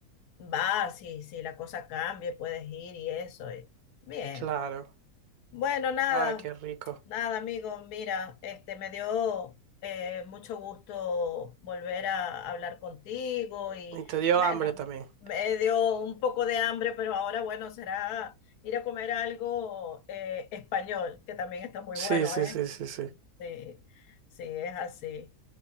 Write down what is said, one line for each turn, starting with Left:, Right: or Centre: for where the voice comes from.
Left: vas y si la cosa cambia, puedes ir y eso. y- bien.
Right: Claro.
Left: Bueno, nada,
Right: Ay, qué rico.
Left: nada, amigo. Mira, este me dio eh, mucho gusto volver a hablar contigo y
Right: Y te dio
Left: bueno,
Right: hambre también.
Left: me dio un poco de hambre, pero ahora bueno, será ir a comer algo eh, español, que también está muy
Right: Sí,
Left: bueno,
Right: sí,
Left: ¿eh?
Right: sí, sí, sí.
Left: Sí, sí, es así.